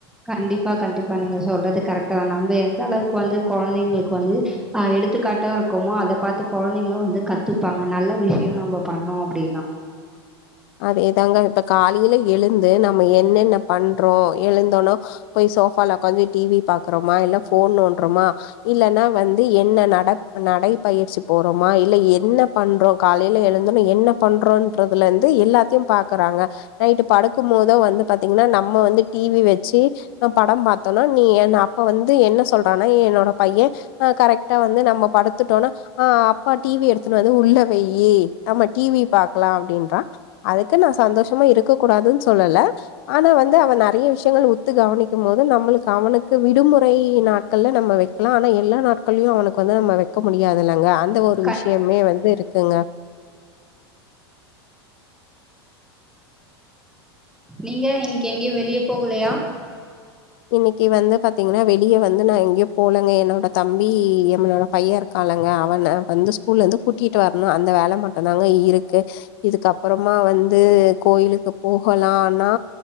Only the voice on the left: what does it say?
அதேதாங்க இப்ப காலைல எழுந்து நம்ம என்னென்ன பண்றோ எழுந்தோனோ போய் சோஃபால உக்காஞ்சி டி வி பாக்குறோமா இல்ல ஃபோன் நோன்றோமா இல்லன்னா வந்து என்ன நட நடைப்பயிற்சி போறோமா இல்ல என்ன பண்றோ காலைல எழுந்தோன என்ன பண்றோன்றதுல இருந்து எல்லாத்தையு பாக்குறாங்க நைட்டு படுக்கும்போது வந்து பாத்தீங்னா நம்ம வந்து டிவி வெச்சு படம் பாத்தோனா நீ என்ன அப்ப வந்து என்ன சொல்றானா என்னோட பைய ஆ கரெக்டா வந்து நம்ம படுத்துட்டோனா ஆ அப்பா டி வி எடுத்துன்னு வந்து உள்ள வெய் நம்ம டி வி பாக்கலா அப்டின்றா அதுக்குன்னு நா சந்தோஷமா இருக்க கூடாதுன்னு சொல்லல ஆனா வந்து அவ நெறைய விஷயங்கள் உத்து கவனிக்கும் போது நம்மளுக்கு அவனுக்கு விடுமுறை நாட்கள்ல நம்ம வை ஆனா எல்லா நாட்கள்லையு அவனக்கு வந்து நம்ம வெக்க முடியாதுல்லங்க அந்த ஒரு
விஷயமே வந்து இருக்குங்க
இன்னிக்கு வந்து பாத்தீங்கனா வெளிய வந்து நா எங்கயு போலங்க என்னோட தம்பி எங்களோட பைய இருக்காளங்க அவன வந்து ஸ்கூல்ல இருந்து கூட்டிட்டு வரணு அந்த வேல மட்டுதாங்க இருக்கு இதுக்கப்பறமா வந்து கோயிலுக்கு போகலானா